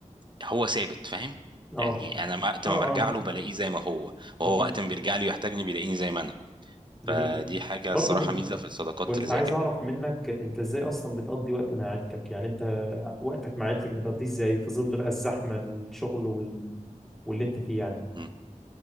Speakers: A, on the right; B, in the centre.
A: هو ثابت فاهم
B: اه
A: يعني انا وقت
B: اه اه
A: ما برجع
B: آه،
A: له بلاقيه زي ما هو وهو
B: اكيد
A: وقت ما بيرجع لي ويحتاجني بيلاقيني زي ما انا
B: جميل
A: فدي حاجة
B: برضه
A: الصراحة ميزة في الصداقات
B: كنت
A: اللي زي
B: عايز اعرف منك انت ازاي اصلا بتقضي وقت مع عيلتك يعني انت وقتك مع عيلتك بتقضيه ازاي في ظل بقى الزحمة الشغل وال... واللي انت فيه يعني
A: كده